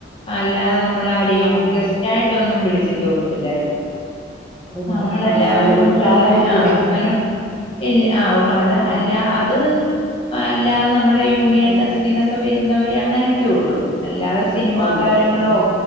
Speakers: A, on the left; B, in the centre.
A: അല്ലാതെ നമ്മള- <unintelligible>
B: ആഹ്
A: ഗസ്റ്റ് ആയിട്ടൊന്നും വിളിച്ചിട്ട് ഒന്നില്ലായിരുന്നു.
B: ഇല്ല
A: നമ്മളെല്ലാവരും
B: ആഹ് അല്ല ഉദ്ഘാടനത്തിന്
A: കൂടെ ഉള്ള ആഹ് അങ്ങനെ ഇല്ല ആ അത്
B: ആഹ്
A: അല്ല
B: ആഹ്
A: അത് അല്ലാതെ നമ്മുടെ യൂണിയൻ
B: ആഹ്
A: തലത്തിന്ന് വരുന്നവർ അങ്ങനെയൊക്കെ ഉള്ളൂ. അല്ലാ സിനിമാ
B: ആഹ് ഉള്ളൂ
A: താരങ്ങളോ
B: ആഹ്